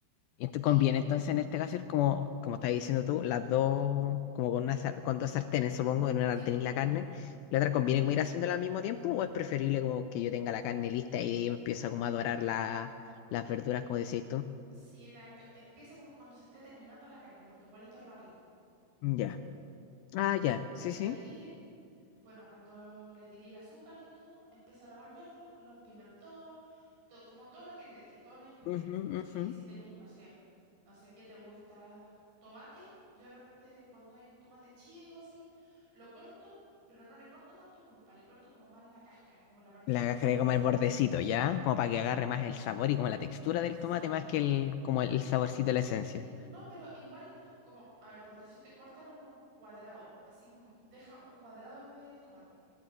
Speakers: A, on the left; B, on the right.
A: Y esto
B: Y
A: conviene entonces en este caso ir como, como estás diciendo tú, las dos, como con una sar- con dos sartenes, supongo, en una
B: sí,
A: sartén
B: pues porque
A: la carne. ¿La otra conviene como ir haciéndola al mismo tiempo o es preferible como que yo tenga la carne lista y de ahí empiezo como a dorar la- las verduras como decís tú?
B: si la ca- empieza como cuando se esté terminando la carne, porque igual esto es rápido.
A: Ya. Ah, ya. Sí,
B: De
A: sí.
B: ahí Bueno, cuando le tiré el azúcar y todo, empecé a revolverlo, los pimentón, to- como todo lo que te dije, todos los ingredientes,
A: Ujú,
B: ¿cachai?
A: ujú.
B: Y si tenías, no sé, no sé qué te gusta, tomate, yo de repente cuando hay un tomate chico así, lo corto, pero no le corto tanto pulpa, le corto como más la cáscara, como la parte
A: La
B: gruesa.
A: agarré como el bordecito, ¿ya? Como para que agarre más el sabor y como la textura del
B: Sí,
A: tomate más que el, como el, el saborcito de la esencia.
B: sí, no, pero igual, como, a ver, por decirte, córtalo como en cuadrado, así como deja un cuadrado en medio del tomate,